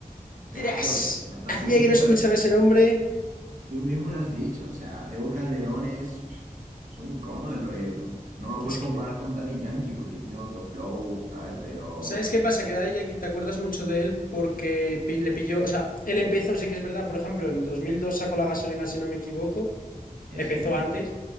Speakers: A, on the left (about 75°); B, on the right (about 65°).
A: Tras.
B: Claro, hasta
A: Hacía
B: tú mismo.
A: que no escuchaba ese nombre.
B: Tú mismo lo has dicho, o sea, Tego Calderón es, pf, es un icono del reggaetón. No lo
A: Es
B: puedes
A: que.
B: comparar con Daddy Yankee porque tiene otro flow, ¿sabes? Pero
A: ¿Sabes
B: uf,
A: qué pasa? Que Daddy Yankee te acuerdas mucho de él porque pi- le pilló. O sea, él empezó, sí que es verdad, por ejemplo, en 2002 sacó la gasolina, si no me equivoco.
B: eh,
A: Empezó
B: sí,
A: antes,